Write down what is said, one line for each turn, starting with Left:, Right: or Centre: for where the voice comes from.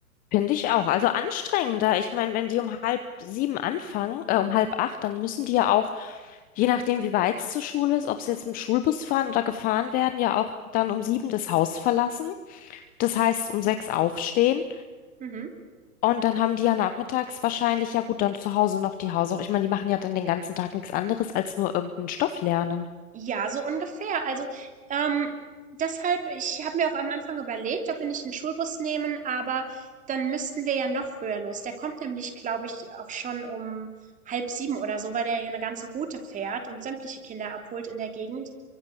Left: Finde ich auch. Also anstrengender. Ich meine, wenn die um halb sieben anfangen, äh, um halb acht, dann müssen die ja auch, je nachdem, wie weit es zur Schule ist, ob sie jetzt mit dem Schulbus fahren oder gefahren werden, ja auch dann um sieben das Haus verlassen. Das heißt, um sechs aufstehen.
Right: Mhm.
Left: Und dann haben die ja nachmittags wahrscheinlich, ja gut, dann zu Hause noch die Hausaufgaben. Ich meine, die machen ja dann den ganzen Tag nichts anderes als nur irgendeinen Stoff lernen.
Right: Ja, so ungefähr. Also, ähm, deshalb ich habe mir auch am Anfang überlegt, ob wir nicht einen Schulbus nehmen, aber dann müssten wir ja noch früher los. Der kommt nämlich, glaube ich, auch schon um halb sieben oder so, weil der ja 'ne ganze Route fährt und sämtliche Kinder abholt in der Gegend.